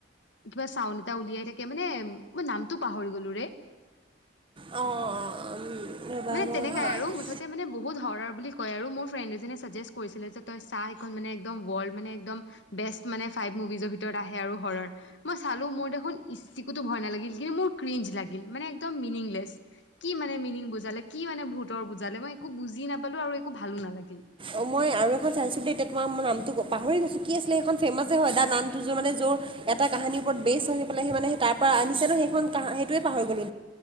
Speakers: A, on the left; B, on the right.
A: কিবা চাউণ্ড এটা উলিয়াই থাকে মানে মই নামটো পাহৰি গলো ৰে। <inaudible>
B: অঁ ৰ'বা
A: মানে
B: মই
A: তেনেকাই
B: ভাব
A: আৰু মুঠতে মানে বহুত হৰৰ বুলি কয় আৰু মোৰ ফ্ৰেণ্ড এজনীয়ে চাজেষ্ট কৰিছিলে যে তই চাই, খন মানে একদম ৱৰ্ল্ড মানে একদম বেষ্ট মানে ফাইভ মুভিজৰ ভিতৰত আহে আৰু হৰৰ মই চালো মোৰ দেখ খোন এচিকোটো ভয় নালাগিল কিন্তু মোৰ ক্ৰিজ লাগিল মানে একদম মিনিংলেছ কি মানে মিনিং বুজা বুজালে কি মানে ভূতৰ বুজালে মই একো বুজি নাপালো আৰু একো ভালো নালাগিল
B: অ মই আৰু এখন চাইছো দে এতিয়া তোমাৰ ম নামটো পাহৰি গৈছো কি আছিলে সেইখন ফেমাছে হয় দা নামটো যে মানে যত এটা কাহানীৰ ওপৰত বেচ আনি পেলাই সি মানে তাৰ পৰা আনিছে সেইখন‌ হ সেইটোৱে পাহৰি গলো